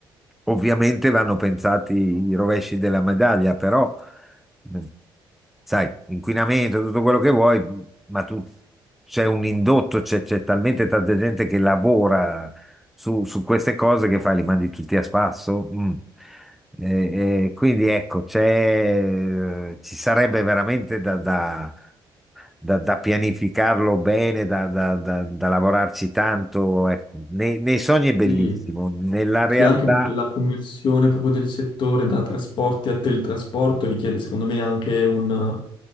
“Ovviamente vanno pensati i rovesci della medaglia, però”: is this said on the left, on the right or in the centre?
Centre